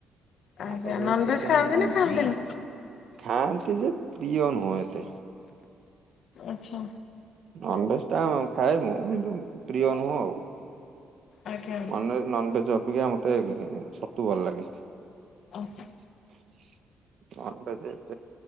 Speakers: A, on the left; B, on the right.
A: ଆଜ୍ଞା
B: ଆଉ
A: ନନଭେଜ୍
B: ଚିକେନ
A: ଖାଆନ୍ତି ନା
B: ନ
A: ଖାଆନ୍ତିନି?
B: ଖାଆନ୍ତି ଯେ ପ୍ରିୟ ନୁହଁ ଏତେ।
A: ଆଛା।
B: ନନଭେଜ ଟା ଖାଏ ମୁଁ କିନ୍ତୁ ପ୍ରିୟ ନୁହଁ ଆଉ।
A: ଆଜ୍ଞା
B: ନେଜ ନନଭେଜ ଅପେକ୍ଷା ମତେ ଛତୁ ଭଲ ଲାଗେ।
A: ଓଃ।
B: <inaudible>